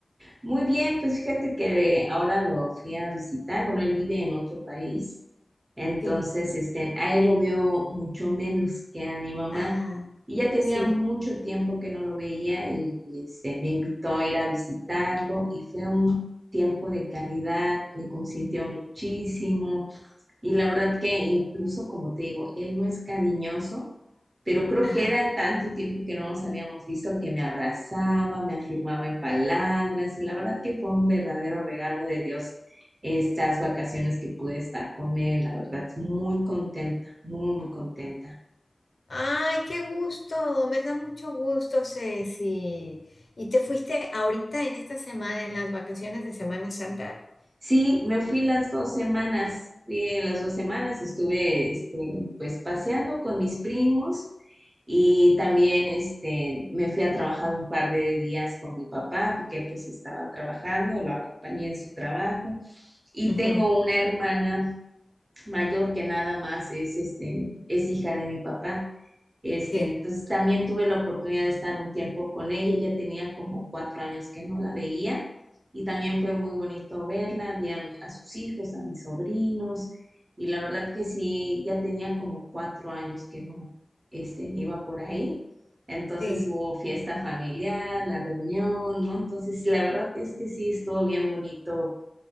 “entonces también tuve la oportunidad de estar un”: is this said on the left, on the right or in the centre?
Right